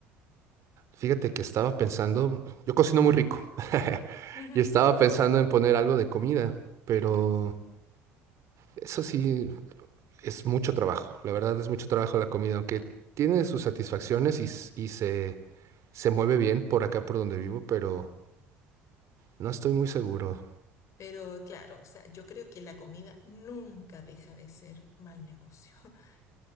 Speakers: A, on the right; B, on the left.
A: Fíjate que estaba pensando, yo cocino muy rico
B: Ujú.
A: y estaba pensando en poner algo de comida, pero eso sí. es mucho trabajo, la verdad es mucho trabajo la comida, aunque tiene sus satisfacciones y, s- y se, se mueve bien por acá por donde vivo, pero no estoy muy seguro.
B: Pero claro, o sea, yo creo que la comida nunca deja de ser mal negocio. <laughs>